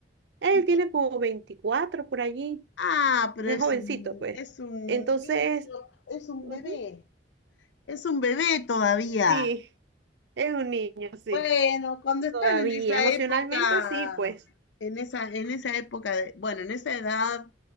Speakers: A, on the right; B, on the left.
A: Él
B: Y
A: tiene
B: que,
A: como 24 por allí,
B: ah, pero
A: es
B: es
A: jovencito,
B: un,
A: pues.
B: es un
A: Entonces,
B: niño, es un
A: ujú,
B: bebé, es un bebé todavía.
A: sí, es un niño, sí.
B: Bueno, cuando están
A: Todavía,
B: en esa
A: emocionalmente
B: época,
A: sí, pues.
B: en esa, en esa época de, bueno, en esa edad